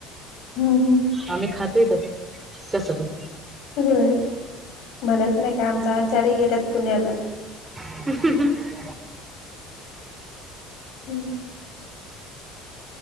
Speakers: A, on the left; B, on the right.
A: हम्म हम्म
B: आम्ही खातो इथं कसं पण
A: <inaudible> होय म्हणायच नाही का आमचा आचारी गेल्यात पुण्याला.
B: ह ह
A: हम्म